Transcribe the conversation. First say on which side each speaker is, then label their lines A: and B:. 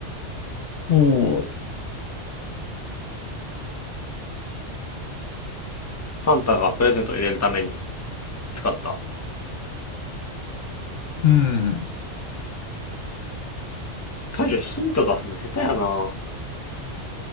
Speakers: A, on the left; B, on the left.
A: おう。
B: サンタがプレゼントを入れるために使った。
A: うん。
B: 大将ヒント出すの下手やな。